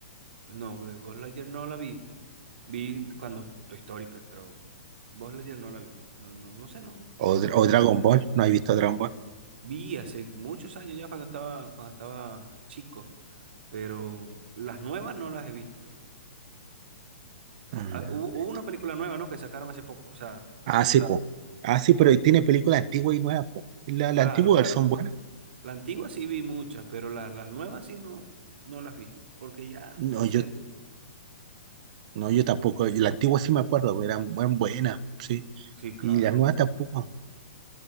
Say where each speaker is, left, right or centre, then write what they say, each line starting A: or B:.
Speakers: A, on the right; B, on the right.
A: no, Buzz Lightyear no la vi, vi cuando Toy Story, pues, pero Buzz Lightyear no la vi, no, no, no sé, no.
B: o, Dra- o Dragon Ball, no hay visto Dragon Ball.
A: Vi hace muchos años ya cuando estaba, cuando estaba chico, pero las nuevas no las he visto.
B: Ah,
A: Ah, hubo, hubo
B: esto.
A: una película nueva, ¿no? Que sacaron hace poco, o sea,
B: Ah, sí, po. Ah, sí, pero tiene películas antiguas y nuevas, po. La,
A: claro,
B: la antigua
A: claro.
B: son buenas.
A: La antigua sí vi muchas, pero la- las nuevas sí no, no las vi. Porque ya,
B: No,
A: no
B: yo,
A: sé.
B: no, yo tampoco. La antigua sí me acuerdo, eran buen- buenas, sí.
A: Sí, claro.
B: Y las nuevas tampoco.